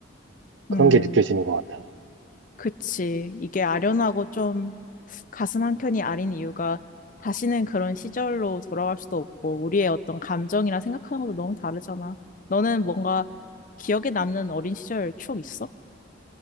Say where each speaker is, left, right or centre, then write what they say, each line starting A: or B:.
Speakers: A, on the right; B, on the left.
A: 그런
B: 음.
A: 게 느껴지는 것 같아.
B: 그치. 이게 아련하고 좀 가슴 한켠이 아린 이유가 다시는 그런 시절로 돌아갈 수도 없고 우리의 어떤 감정이나 생각하는 것도 너무 다르잖아. 너는 뭔가 기억에 남는 어린 시절 추억 있어?